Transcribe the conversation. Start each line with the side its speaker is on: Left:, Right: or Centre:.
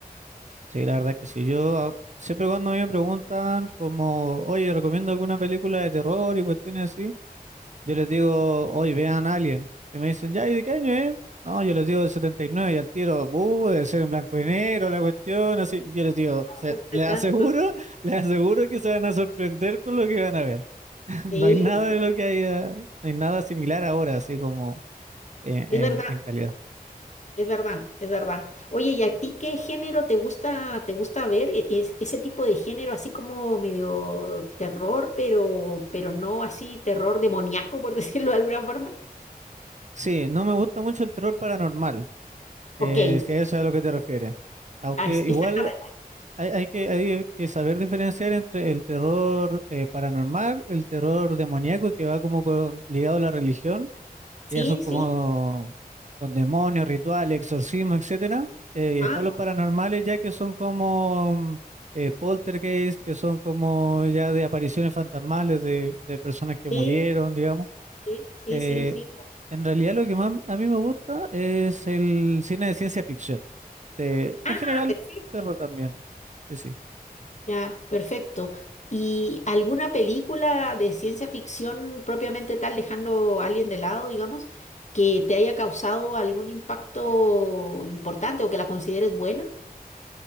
Right: sí, la verdad que sí. Yo ah, siempre cuando a mí me preguntan como, oye, recomiendo alguna película de terror y cuestiones así, yo les digo, oye, vean Alien. Y me dicen, ya, ¿y de qué año es? No, yo les digo del 79 y nueve y al tiro, "Uh, debe ser en blanco y negro la cuestión, así. Yo les digo, "Se-
Left: Tanto,
Right: les
Left: tanto.
Right: aseguro, <laughs> les aseguro que se van a sorprender con lo que van a ver.
Left: Sí,
Right: No hay nada
Left: sí,
Right: de lo que haya, no hay nada similar ahora, así como en,
Left: es
Right: en-
Left: verdad.
Right: en calidad.
Left: Es verdad, es verdad. Oye, ¿y a ti qué género te gusta, te gusta ver? E- es- ese tipo de género, así como medio terror, pero, pero no así terror demoníaco, por <laughs> decirlo de alguna forma.
Right: Sí, no me gusta mucho el terror paranormal, eh,
Left: Ok,
Right: si a eso es a lo que te refieres. Aunque
Left: ah, es-
Right: igual
Left: exactamente.
Right: hay, hay que, hay que saber diferenciar entre el terror eh, paranormal, el terror demoníaco que va como con- ligado a la religión.
Left: Sí,
Right: y eso como
Left: sí.
Right: con demonios, rituales, exorcismo, etcétera. Eh,
Left: Ah,
Right: están los paranormales ya que son como mm, eh, poltergeist, que son como ya de apariciones fantasmales de, de personas que
Left: sí,
Right: murieron, digamos.
Left: sí, sí,
Right: Eh,
Left: sí, sí.
Right: en realidad lo que más a mí me gusta es el cine de ciencia ficción. Te-
Left: Ah,
Right: en general,
Left: perfecto.
Right: terror también. Sí, sí.
Left: Ya, perfecto. ¿Y alguna película de ciencia ficción propiamente tal, dejando a alguien de lado, digamos, que te haya causado algún impacto importante o que la consideres buena?